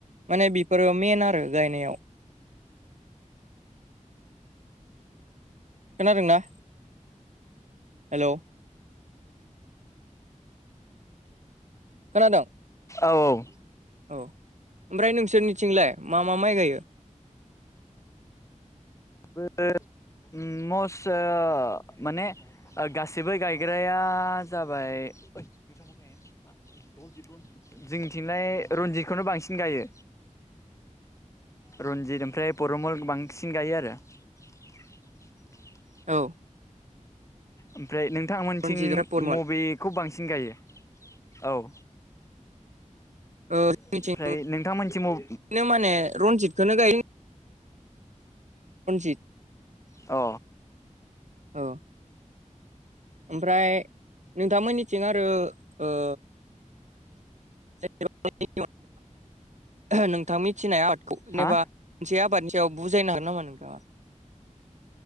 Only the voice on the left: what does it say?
औ औ <unintelligible>
<unintelligible> मस ओ माने ओ गासिबो गायग्राया जाबाय जोंनिथिंलाय रनजितखौनो बांसिन गायो। रनजित ओमफ्राय परमल बांसिन गायो आरो। <unintelligible>
ओमफ्राय नोंथांमोनथिं
मबेखौ बांसिन गायो औ
ओमफ्राय नोंथांमोनिथिं म
अ
हा